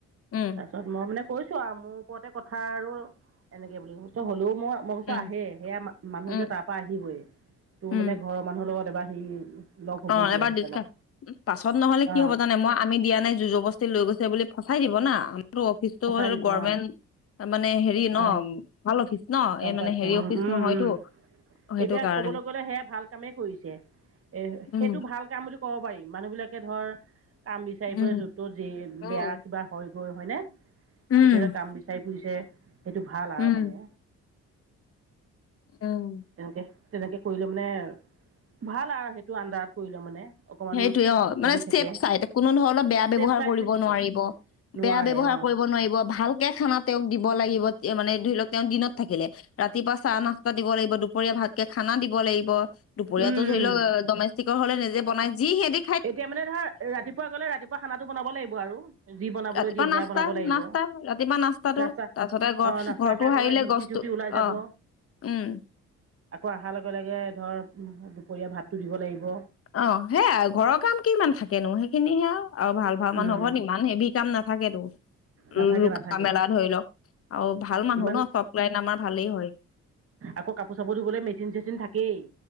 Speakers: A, on the left; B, on the right.
A: উম
B: তা তাৰপিচত মই মানে কৈছো আৰু, মোৰ ওপৰতে কথা আৰু এনেকে বুলি, মই কৈছোঁ হ'লেও মই মই কৈছোঁ
A: উম
B: আহে, সেইয়া মানুহ
A: উম
B: যে তাৰপৰা আহিবই, তোৰ
A: উম
B: মানে ঘৰৰ মানুহৰ লগত এবাৰ হেৰি লগ হ'বহি
A: অ', এবাৰ
B: আহি
A: ডিচকাচ,
B: পেলাই
A: পাছত নহলে
B: অ
A: কি হ'ব জানে মই আমি দিয়া নাই, জোৰ -জবস্তি লৈ গৈছে বুলি ফচাই দিব না, আমাৰো অফিচটো
B: সঁচাই
A: আৰু
B: দিব
A: গৰমেণ্ট
B: অ
A: মানে হেৰি ন,
B: অ
A: ভাল অফিচ ন,
B: গম
A: এই
B: পাইছো
A: মানে হেৰি
B: উম
A: অফিচ
B: উম
A: নহয়তো।
B: উম
A: সেইটো
B: এতিয়া
A: কাৰণে
B: ক'বলৈ গ'লে, সেয়া ভাল কামেই কৰিছে, এ
A: উম
B: সেইটো ভাল কাম বুলি ক'ব পাৰি, মানুহ বিলাকে ধৰ কাম বিচাৰি
A: উম
B: ফুৰে য'ত-ত'ত, যি
A: উম
B: বেয়া কিবা হয় গৈ হয়নে?
A: উম
B: এতিয়া যে কাম বিচাৰি ফুৰিছে, সেইটো ভাল আৰু
A: উম
B: মানে।
A: উম।
B: তেনেকে, তেনেকে কৰিলে মানে, ভাল আৰু সেইটো আণ্ডাৰত কৰিলে মানে। অকমান
A: সেইটোয়ে অ', মানে
B: হেৰি থাকে
A: চেফ চাইড, কোনো ধৰণৰ বেয়া ব্যৱহাৰ
B: চেফ চাইড
A: কৰিব
B: হৈ থাকে
A: নোৱাৰিব।
B: নোৱাৰে
A: বেয়া ব্যৱহাৰ
B: অ
A: কৰিব নোৱাৰিব, ভালকে খানা তেওঁক দিব লাগিব, মানে ধৰি লওক তেওঁ দিনত থাকিলে। ৰাতিপুৱা চাহ-নাস্তা দিব লাগিব, দুপৰীয়া ভালকে খানা দিব লাগিব। দুপৰীয়াটো
B: উম
A: ধৰি লওক, ডমেষ্টিকৰ হ'লে নিজে বনাই, যি সিহঁটি
B: এতিয়া মানে ধৰ, ৰাতিপুৱা গ'লে, ৰাতিপুৱা খানাটো বনাব লাগিব আৰু। যি বনাবলৈ
A: ৰাতিপুৱা
B: দিয়ে সেয়া
A: নাস্তা
B: বনাব লাগিব,
A: নাস্তা ৰাতিপুৱা নাস্তাটো
B: নাস্তা,
A: তাৰপিছতে ঘৰ
B: অ', নাস্তা
A: ঘৰটো
B: খাই
A: সাৰিলে
B: পেলাই ডিউটিত
A: গছটো
B: ডিউটি ওলাই যাব।
A: অ উম।
B: আকৌ অহাৰ লগে, লগে ধৰ দুপৰীয়া ভাতটো দিব লাগিব।
A: অ', সেইয়াই, ঘৰৰ কাম কিমান থাকেনো, সেইখিনি সেয়া আৰু, আৰু ভাল ঘৰ
B: উম
A: মানুহ, ঘৰত ইমান হেভি কাম নাথাকেতো।
B: নাথাকে
A: উম, ৰুকা
B: নাথাকে
A: মেলা ধৰি লওক, আৰু ভাল মানুহ
B: ইমান
A: ন, চব লাইন আমাৰ ভালেই হয়।
B: আকৌ কাপোৰ-চাপোৰ ধুবলৈ মেচিন-চেচিন থাকেই।